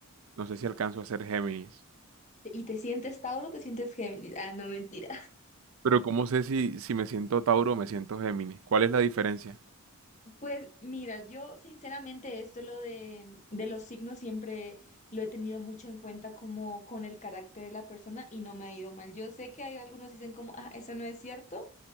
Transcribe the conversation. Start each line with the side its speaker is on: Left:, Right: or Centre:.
Right: No sé si
Left: Uf.
Right: alcanzo a ser Géminis.
Left: ¿Y te sientes Tauro o te sientes Géminis? Ah, no, mentira.
Right: Pero ¿cómo sé si, si me siento Tauro o me siento Géminis? ¿Cuál es la diferencia?
Left: Pues mira, yo sinceramente esto lo de, de los signos siempre lo he tenido mucho en cuenta como con el carácter de la persona y no me ha ido mal. Yo sé que hay algunos dicen como, ah, eso no es cierto,